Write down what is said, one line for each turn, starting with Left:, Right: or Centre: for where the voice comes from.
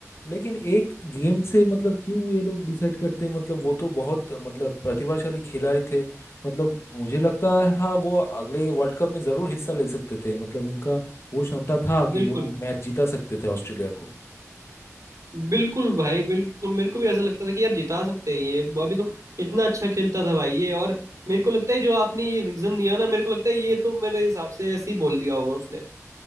Left: लेकिन एक गेम से मतलब क्यों ये लोग डिसाइड करते हैं मतलब वो तो बहुत मतलब प्रतिभाशाली खिलाड़ी थे मतलब मुझे लगता था वो अगले वर्ल्ड कप में जरूर हिस्सा ले सकते थे मतलब उनका वो क्षमता था कि
Right: बिल्कुल
Left: वो मैच जीता सकते थे ऑस्ट्रेलिया को
Right: बिल्कुल भाई बिल्कुल मेरे को भी ऐसा लगता था कि यार जिता सकते हैं ये अभी तो इतना अच्छा खेलता था भाई ये और मेरे को लगता है जो आपने ये रीजन दिया ना मेरे को लगता है ये तो मेरे हिसाब से ऐसे ही बोल दिया होगा उसने